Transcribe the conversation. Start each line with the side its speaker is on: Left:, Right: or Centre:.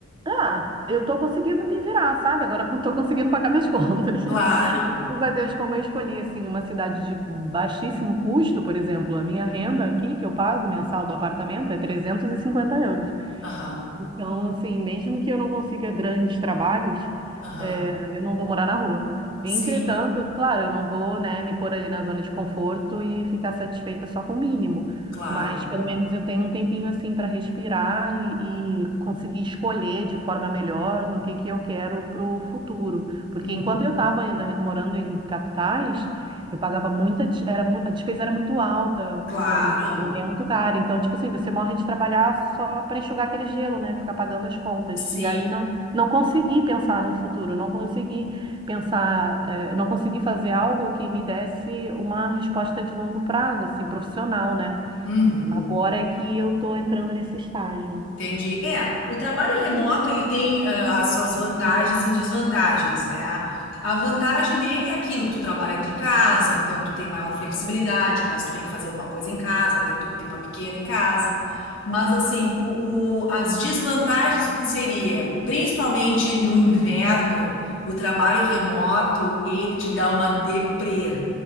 Right: ah, eu tô conseguindo me virar, sabe? Agora eu tô <laughs> conseguindo pagar minhas contas.
Left: Claro.
Right: <laughs> Graças a Deus, como eu escolhi, assim, uma cidade de baixíssimo custo, por exemplo, a minha renda aqui, que eu pago mensal do apartamento, é 350 euros.
Left: Aham,
Right: Então, assim, mesmo que eu não consiga grandes trabalhos,
Left: aham.
Right: eh, eu não vou morar na rua. Entretanto,
Left: Sim,
Right: claro, eu não vou, né, me pôr ali na zona de conforto e ficar satisfeita só com o mínimo.
Left: claro.
Right: Mas pelo menos eu tenho um tempinho assim para respirar e, e conseguir escolher de forma melhor no que que eu quero para o futuro. Porque
Left: Uhum.
Right: enquanto eu estava morando em capitais, eu pagava muita, des- era, mu- a despesa era muito alta,
Left: Claro.
Right: o aluguel é muito caro. Então, tipo assim, você morre de trabalhar só para enxugar aquele gelo, né? Ficar pagando as contas.
Left: Sim.
Right: E aí não, não consegui pensar no futuro, não consegui pensar, eh, não consegui fazer algo que me desse uma resposta de longo prazo, assim, profissional, né?
Left: Uhum.
Right: Agora é que eu estou entrando nesse estágio.
Left: Entendi. É, o trabalho remoto ele tem ah, as suas vantagens e desvantagens, né? A vantagem dele é aquilo que tu trabalha de casa, então tu tem maior flexibilidade, caso tu tenha que fazer alguma coisa em casa, até tu que tem uma pequena em casa. Mas assim, o, o- as desvantagens o que seria, principalmente no inverno, o trabalho remoto, ele te dá uma deprê,